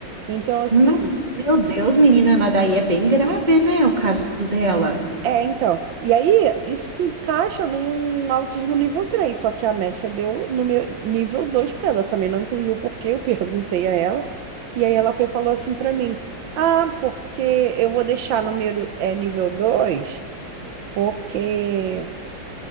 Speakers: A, on the right (about 75°); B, on the right (about 20°).
A: Então assim,
B: mas meu Deus, menina, mas daí é bem grave, né, o caso dela.
A: é então. E aí isso se encaixa num autismo nível três só que a médica deu no meu nível 2 para ela, eu também não entendi o porquê, eu perguntei a ela. E aí ela foi e falou assim para mim: "Ah, porque eu vou deixar no meu é nível 2 porque